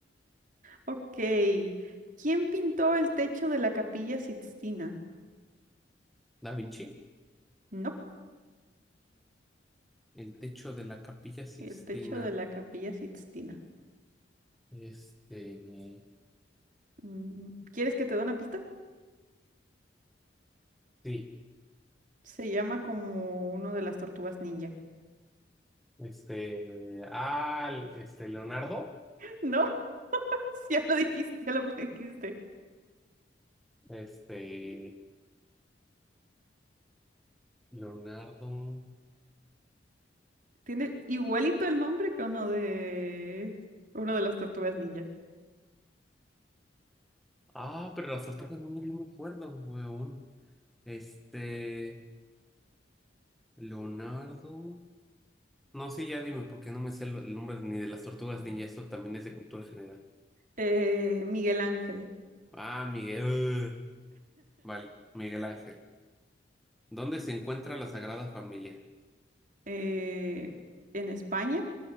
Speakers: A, on the right; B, in the centre.
A: Ok. ¿Quién pintó el techo de la Capilla Sixtina?
B: Da Vinci,
A: No,
B: el techo de la Capilla Sixtina.
A: el techo de la Capilla Sixtina.
B: Este, eh,
A: Mm, ¿Quieres que te dé una pista?
B: sí,
A: Se llama como uno de las tortugas ninja.
B: este, ah, el- este, Leonardo,
A: <laughs> No, <laughs> sí, ya lo dijiste, ya lo dijiste.
B: este, Leonardo,
A: Tiene igualito el nombre que uno de uno de las tortugas ninja.
B: ah, pero las otras no, no me acuerdo, weón. Este, Leonardo, no, sí, ya dime, porque no me sé lo- el nombre ni de las tortugas ninja, eso también es de cultura general.
A: Eh, Miguel Ángel.
B: Ah, Miguel, ugh. vale, Miguel Ángel. ¿Dónde se encuentra la Sagrada Familia?
A: eh, en España.